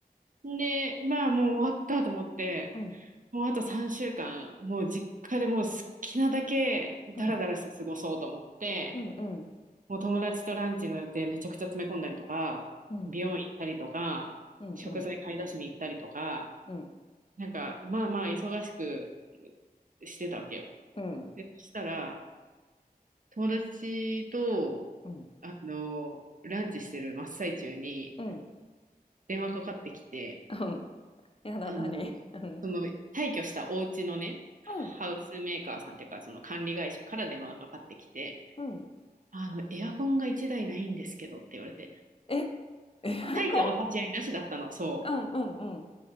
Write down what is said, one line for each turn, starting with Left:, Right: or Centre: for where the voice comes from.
Right: で、まあもう終わったと思って、
Left: うん
Right: もうあと3週間、もう実家でもう好きなだけダラダラして過ごそうと思って、
Left: うんうんうん
Right: もう友達とランチの予定めちゃくちゃ詰め込んだりとか、
Left: うん
Right: 美容院行ったりとか、
Left: うんうん
Right: 食材買い出しに行ったりとか、
Left: うん
Right: なんかまあまあ忙しくしてたわけよ。
Left: うんうん
Right: で、そしたら、友達と、
Left: うん
Right: あの、ランチしてる真っ最中に
Left: うん
Right: 電話かかってきて、
Left: <laughs> やだ何うん
Right: あの、その退去したお家のね、
Left: うん
Right: ハウスメーカーさんっていうか、その管理会社から電話がかかってきて、
Left: うん
Right: あの、エアコンが1台ないんですけどって言われて、
Left: え
Right: 退去の立ち会いなしだったの、
Left: こん
Right: そ
Left: うんうんうん